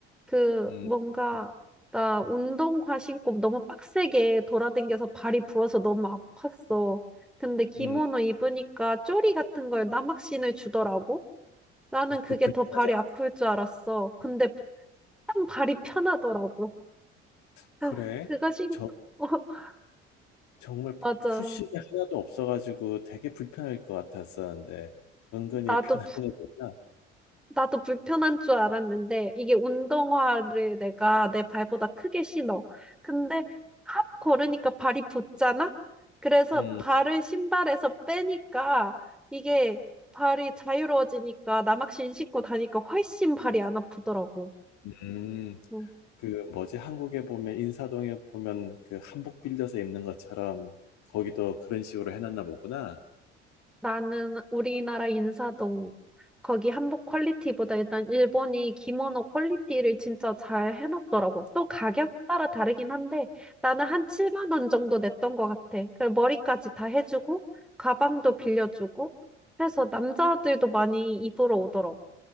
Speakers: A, in the centre; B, on the left (about 55°).
A: 그
B: 음,
A: 뭔가
B: 음,
A: 나 운동화 신고 너무 빡세게 돌아댕겨서 발이 부어서 너무 아팠어. 근데 기모노
B: 음.
A: 입으니까 쪼리 같은 걸 나막신을 주더라고. 나는
B: 어,
A: 그게
B: 그 불편하지
A: 더 발이
B: 않아?
A: 아플 줄 알았어. 근데 딱 발이 편하더라고.
B: 그래?
A: 아, 그거 신고
B: 저,
A: <laughs>
B: 정말
A: 맞아.
B: 쿠션이 하나도 없어가지고 되게 불편할 것 같았었는데, 은근히
A: 나도
B: 편한 거구나.
A: 나도 불편한 줄 알았는데 이게 운동화를 내가 내 발보다 크게 신어. 근데 핫 걸으니까 발이 붙잖아? 그래서
B: 음,
A: 발을 신발에서 빼니까 이게 발이 자유로워지니까 나막신 신고 다니까 훨씬 발이 안 아프더라고.
B: 음.
A: 응.
B: 그 뭐지 한국에 보면 인사동에 보면 그 한복 빌려서 입는 것처럼 거기도 그런 식으로 해놨나 보구나.
A: 나는 우리나라 인사동 거기 한복 퀄리티보다 일단 일본이 기모노 퀄리티를 진짜 잘 해놨더라고. 또 가격 따라 다르긴 한데 나는 한 7만 원 정도 냈던 것 같아. 그리고 머리까지 다 해주고 가방도 빌려주고 해서 남자들도 많이 입으러 오더라고.